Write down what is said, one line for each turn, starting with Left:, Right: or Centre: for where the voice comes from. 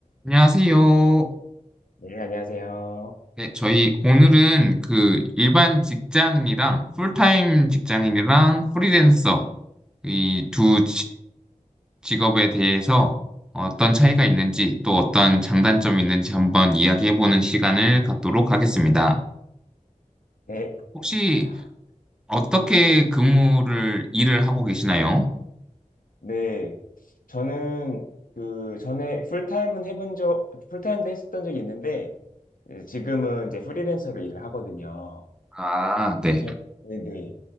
Centre: 안녕하세요.
Left: 네, 안녕하세요.
Centre: 네, 저희 오늘은 그 일반 직장인이랑 풀타임 직장인이랑 프리랜서 이 두 직업에 대해서 어떤 차이가 있는지 또 어떤 장단점이 있는지 한번 이야기해보는 시간을 갖도록 하겠습니다.
Left: 네,
Centre: 혹시
Left: 알겠습니다.
Centre: 어떻게 근무를 일을 하고 계시나요?
Left: 네, 저는 그 전에 풀타임은 해본 적, 풀타임도 했었던 적이 있는데, 예, 지금은 이제 프리랜서로 일을 하거든요.
Centre: 아, 네.
Left: 저, 네네.